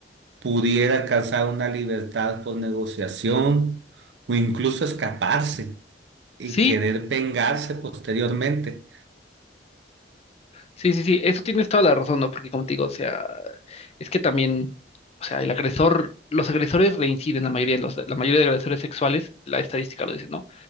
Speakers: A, on the right; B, on the left.
A: pudiera alcanzar una libertad por negociación o incluso escaparse y
B: Sí,
A: querer vengarse posteriormente.
B: Sí, sí, sí, eso tienes toda la razón, ¿no? Porque como te digo, o sea, es que también, o sea, el agresor, los agresores reinciden, la mayoría, los- la mayoría de agresores sexuales, la estadística lo dice, ¿no?